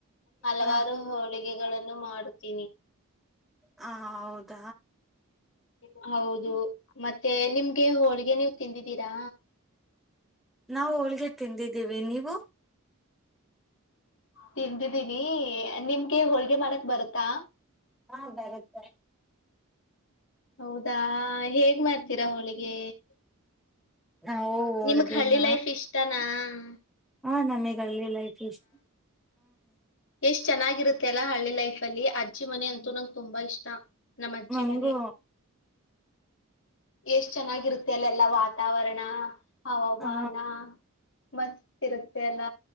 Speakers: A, on the left (about 60°); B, in the centre.
A: ಹಲವಾರು
B: ಹ ಹ
A: ಹೋಳಿಗಳನ್ನು ಮಾಡುತ್ತೀನಿ
B: ಹಾ ಹೌದ
A: ಹ ಹೌದು ಮತ್ತೆ ನಿಮ್ಗೆ ಹೋಳಿಗೆ ನೀವು ತಿಂದಿದ್ದೀರಾ
B: ನಾವು ಹೋಳಿಗೆ ತಿಂದಿದ್ದೀವಿ ನೀವು
A: ತಿಂದಿದ್ದೀನಿ ನಿಮ್ಗೆ ಹೋಳ್ಗೆ ಮಾಡಕ್ ಬರತ್ತಾ
B: ಹಾ ಬರುತ್ತೆ
A: ಹೌದಾ ಹೇಗ್ ಮಾಡ್ತೀರಾ ಹೋಳಿಗೆ
B: ನಾವು ಹೋಳ್ಗೆನ
A: ನಿಮಗ್ ಹಳ್ಳಿ ಲೈಫ್ ಇಷ್ಟನ ಹ್ಮ್
B: ಹಾ ನಮಗ್ ಹಳ್ಳಿ ಲೈಫ್ ಇಷ್ಟ
A: ಎಷ್ಟ್ ಚೆನ್ನಾಗಿರುತ್ತೆ ಅಲ್ಲಾ ಹಳ್ಳಿ ಲೈಫ ಅಲ್ಲಿ ಅಜ್ಜಿ ಮನೆ ಅಂತೂ ನಂಗೆ ತುಂಬಾ ಇಷ್ಟ ನಮ್ಮ್ ಅಜ್ಜಿ
B: ನಂಗು
A: ಮನೆ ಎಷ್ಟ್ ಚೆನ್ನಾಗಿರುತ್ತೆ ಅಲ್ಲ ಎಲ್ಲಾ ವಾತಾವರಣ ಹವಾಮಾನ
B: ಹ
A: ಮಸ್ತ್ ಇರುತ್ತೆ ಅಲ್ಲ